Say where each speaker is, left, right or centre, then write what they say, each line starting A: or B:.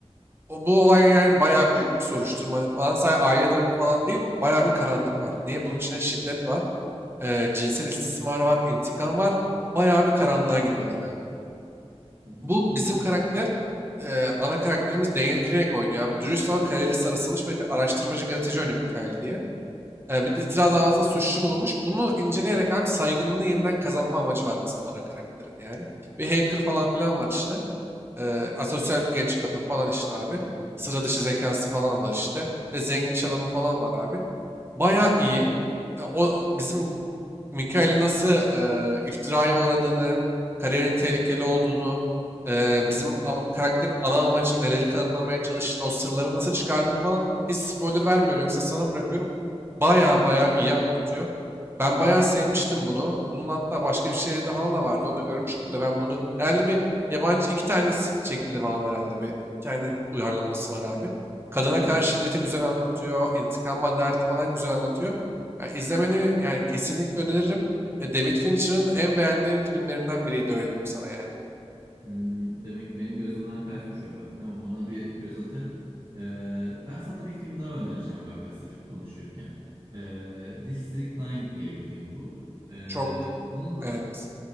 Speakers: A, on the right; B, on the right.
A: O, bu olay yani bayağı büyük bir soruşturma falan. Sadece aile dramı falan değil. Bayağı bir karanlık var. Niye? Bunun içinde şiddet var. eee, cinsel istismar var. intikam var. Bayağı bir karanlığa gidiyorlar abi.
B: Hı hı.
A: Bu bizim karakter eee, ana karakterimiz Daniel Craig oynuyor abi. Dürüst ama kariyeri sarasılmış bir araştırmacı gazeteci oynuyor Mikael diye. Ee, bir de itiraz davasında suçlu bulunmuş. Bunu inceleyerek abi saygınlığını yeniden kazanma amacı var bizim ana karakterin yani. Bir hacker falan filan var işte. Ee, asosyal bir genç kadın falan işte abi. Sıra dışı zekası falan var işte. Ve zengin iş adamı falan var abi. Bayağı iyi. E, O bizim Mikael'in nasıl e, iftiraya uğradığını, kariyerin tehlikeli olduğunu, e, bizim ama- karakterin ana amacını neleri kanıtlamaya çalıştığını, o sırları nasıl çıkardığını falan hiç spoiler vermiyorum. Hepsini sana bırakıyorum. Bayağı bayağı iyi anlatıyor. Ben bayağı sevmiştim bunu. Bunun hatta başka bir şehirde falan da vardı. Onu da görmüştüm de ben bunu herhalde bir yabancı iki tanesi çekildi falan herhalde. Bir iki tane uyarlaması var abi. Kadına
B: Hı
A: karşı
B: hı.
A: şiddeti güzel anlatıyor. İntikam ve adaleti falan güzel anlatıyor. Yani izlemeni yani kesinlikle öneririm. E, David Fincher'ın en beğendiğim filmlerinden biriydi öyle diyeyim sana yani.
B: Hmm, demek benim gözümden kaçmış o bak. Tamam ona bir göz atarım. Ee, ben sana bir film daha önereceğim bak hazır konuşuyorken. Ee, District 9 diye bir film bu. Ee,
A: Çok
B: bunun da
A: evet.